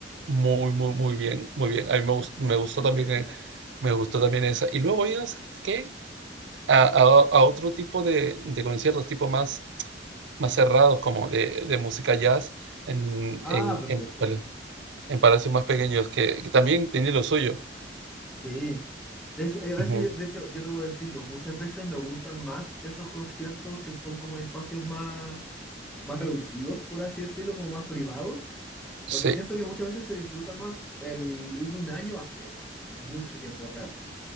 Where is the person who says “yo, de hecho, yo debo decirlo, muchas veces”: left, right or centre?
Centre